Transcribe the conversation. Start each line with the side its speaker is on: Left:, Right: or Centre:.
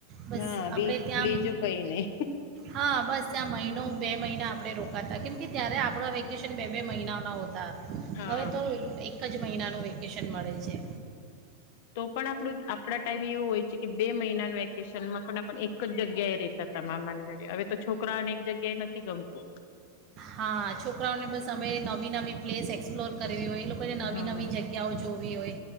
Right: બસ
Left: હા બી
Right: આપડે <unintelligible> ત્યાં
Left: બીજું કઈ નઈ
Right: હા બસ. ત્યાં મહિનો બે મહિના આપણે રોકાતા કેમ કે ત્યારે આપણો વેકેશન બે બે મહિનાના હોતા
Left: હા
Right: હવે તો <unintelligible> એક જ મહિનાનું વેકેશન મળે છે.
Left: તો પણ આપણું. આપડા ટાઈમ એવું હોય છે, કે બે મહિનાના વેકેશનમાં પણ આપ એક જ જગ્યાએ રેતા હતા મામાના ઘરે હવે તો છોકરા અનેક જગ્યાએ નથી ગમતું.
Right: હા છોકરાઓને બસ અમે નવી પ્સ એસ્લોર કર હોય એ લોકોને નવી
Left: હા.
Right: નવી જગ્યાઓ જોવી હોય.